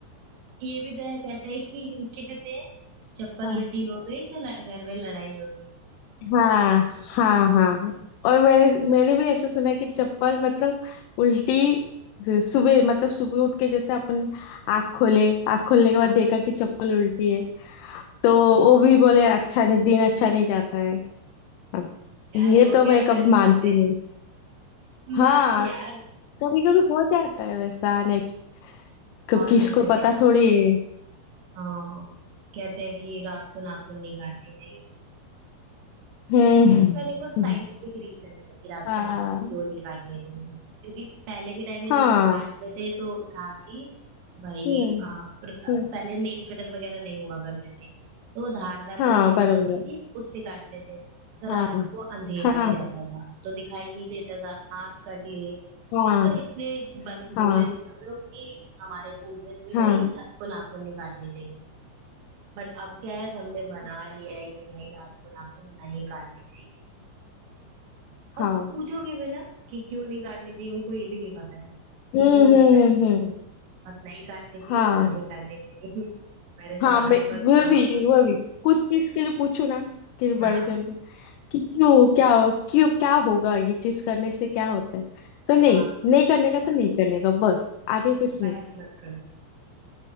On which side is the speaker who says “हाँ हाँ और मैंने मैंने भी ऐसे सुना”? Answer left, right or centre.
Left